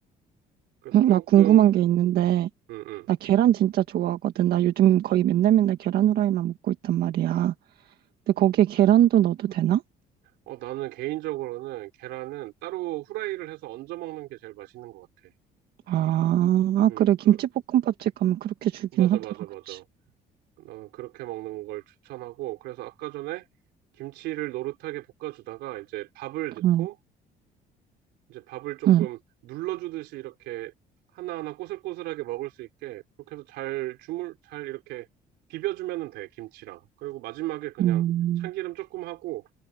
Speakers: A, on the right (about 90°); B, on the right (about 65°).
A: 그래서
B: 응,
A: 조금
B: 나 궁금한 게 있는데,
A: 응응응응.
B: 나 계란 진짜 좋아하거든. 나 요즘 거의 맨날 맨날 계란 후라이만 먹고 있단 말이야. 근데 거기에 계란도 넣어도 되나?
A: 어, 나는 개인적으로는 계란은 따로 후라이를 해서 얹어 먹는 게 제일 맛있는 것 같아.
B: 아, 아,
A: 응.
B: 그래. 김치볶음밥집
A: 그,
B: 가면 그렇게 주긴
A: 맞아,
B: 하더라,
A: 맞아, 맞아.
B: 그치?
A: 어, 그렇게 먹는 걸 추천하고, 그래서 아까 전에 김치를 노릇하게 볶아주다가 이제 밥을 넣고,
B: 응,
A: 이제 밥을 조금
B: 응,
A: 눌러주듯이 이렇게 하나하나 꼬슬꼬슬하게 먹을 수 있게, 그렇게 해서 잘 주물, 잘 이렇게 비벼주면 돼, 김치랑. 그리고 마지막에 그냥
B: 응.
A: 참기름 조금 하고,